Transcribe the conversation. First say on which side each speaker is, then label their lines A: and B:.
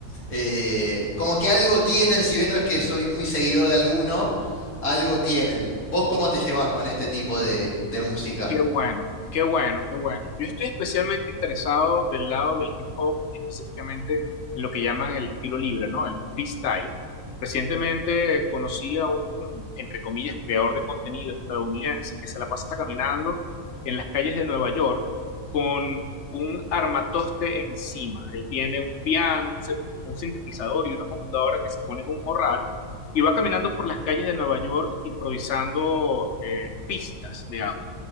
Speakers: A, on the left (about 85°); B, on the left (about 60°).
A: Eh, como que algo tienen, si bien no es que soy muy seguidor de alguno, algo tienen. ¿Vos cómo te llevas con este tipo de, de música?
B: Qué bueno, qué bueno, qué bueno. Yo estoy especialmente interesado del lado del hip hop, específicamente en lo que llaman el estilo libre, ¿no? El freestyle. Recientemente conocí a un, entre comillas, creador de contenido estadounidense que se la pasa caminando en las calles de Nueva York con un armatoste encima. Él tiene un piano, un se- un sintetizador y una computadora que se pone en un morral y va caminando por las calles de Nueva York improvisando eh, pistas de audio